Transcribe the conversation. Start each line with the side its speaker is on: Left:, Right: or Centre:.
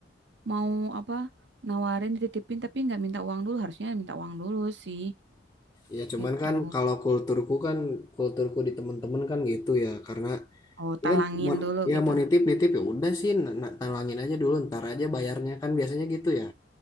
Right: mau apa? Nawarin dititipin tapi nggak minta uang dulu. Harusnya minta uang dulu sih.
Left: Ya cuman
Right: Gitu.
Left: kan kalau kulturku kan kulturku di temen-temen kan gitu ya karena
Right: Oh,
Left: ya
Right: talangin
Left: kan mau,
Right: dulu
Left: ya
Right: gitu.
Left: mau nitip nitip ya udah sih na- na- talangin aja dulu ntar aja bayarnya kan biasanya gitu ya